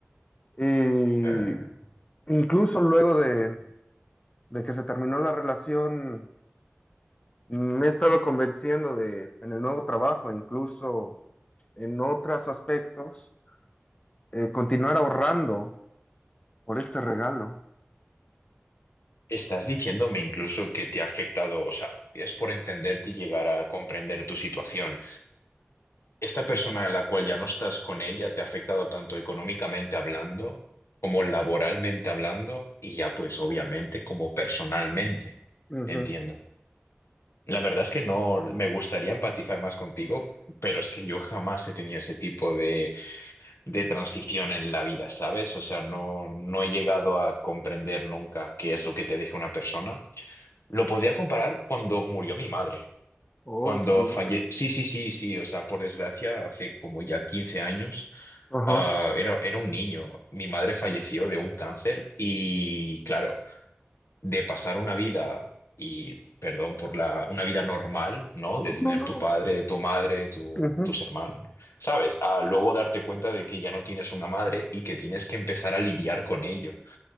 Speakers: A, on the left; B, on the left.
A: Y
B: Eh,
A: incluso luego de, de que se terminó la relación, me he estado convenciendo de, en el nuevo trabajo, incluso en otros aspectos, eh, continuar ahorrando por este regalo.
B: Estás diciéndome incluso que te ha afectado, o sea, es por entenderte y llegar a comprender tu situación. ¿Esta persona a la cual ya no estás con ella te ha afectado tanto económicamente hablando como laboralmente hablando y ya pues obviamente como personalmente?
A: Ujú.
B: Entiendo. La verdad es que no me gustaría empatizar más contigo, pero es que yo jamás he tenido ese tipo de, de transición en la vida, ¿sabes? O sea, no, no he llegado a comprender nunca qué es lo que te deja una persona. Lo podría comparar cuando murió mi madre.
A: Oh,
B: Cuando
A: Dios.
B: falle... Sí, sí, sí, sí. O sea, por desgracia, hace como ya 15 años,
A: Ajá.
B: ah, era, era un niño. Mi madre falleció de un cáncer y, claro, de pasar una vida, y perdón por la, una vida normal, ¿no?
A: No,
B: De tener
A: no, no.
B: tu padre, tu madre, tu,
A: Ujú.
B: tus hermanos, ¿sabes? A luego darte cuenta de que ya no tienes una madre y que tienes que empezar a lidiar con ello.